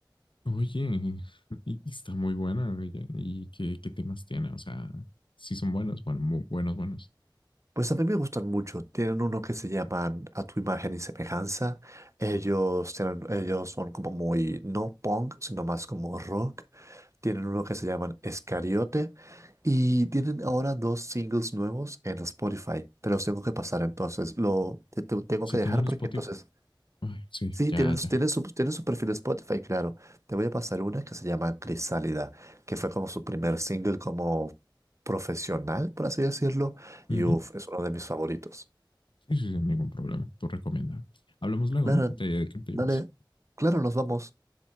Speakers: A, on the left; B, on the right.
A: Oye, y- y está muy buena, oye, ¿Y qué, qué temas tiene? O sea, sí son buenos, bueno, muy buenos, buenos.
B: Pues a mí me gustan mucho. Tienen uno que se llaman A tu imagen y semejanza. Ellos, tienen- ellos son como muy, no punk, sino más como rock. Tienen uno que se llaman Escariote. Y tienen ahora dos singles nuevos en Spotify. Te los tengo que pasar entonces. Lo, te- te- tengo
A: Si
B: que dejar
A: tienen
B: porque
A: Spotify,
B: entonces
A: ay, sí,
B: Sí,
A: ya,
B: tienen,
A: ya.
B: su, tienen su tienen su perfil de Spotify, claro. Te voy a pasar una que se llama Crisálida, que fue como su primer single como profesional, por así decirlo.
A: Ujú.
B: Y uff, es uno de mis favoritos.
A: Sí, sí, sin ningún problema. Tú recomienda. Hablamos luego,
B: Claro,
A: ¿no? De, de qué te
B: dale.
A: ibas.
B: Claro, nos vamos.